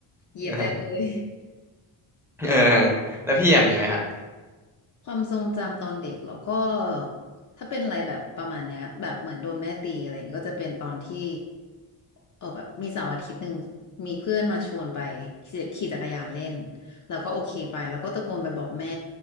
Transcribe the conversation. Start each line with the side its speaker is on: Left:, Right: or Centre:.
Left: เหยียบได้เลย
Centre: <laughs> เออแล้วพี่อะมีไหมฮะ
Left: ความทรงจำตอนเด็กแล้วก็ถ้าเป็นอะไรแบบประมาณเนี้ยแบบเหมือนโดนแม่ตีอะไรอย่างงี้ก็จะเป็นตอนที่เออแบบมีเสาร์อาทิตย์หนึ่งมีเพื่อนมาชวนไปขี่ขี่จักรยานเล่นแล้วก็โอเคไปแล้วก็ตะโกนไปบอกแม่